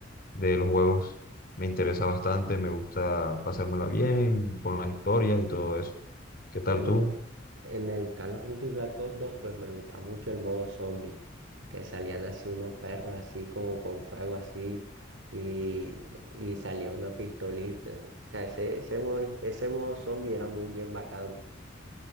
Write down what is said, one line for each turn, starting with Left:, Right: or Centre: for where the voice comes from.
Left: de los juegos me interesa bastante, me gusta pasármela bien con las historias y todo eso. ¿Qué tal
Right: Bueno,
Left: tú?
Right: en el Call of Duty Black Ops dos pues me gustaba mucho el modo zombie, que salían así unos perros así como con fuego así y, y salía una pistolita. O sea, ese, ese modo, ese modo zombie era muy bien bacano.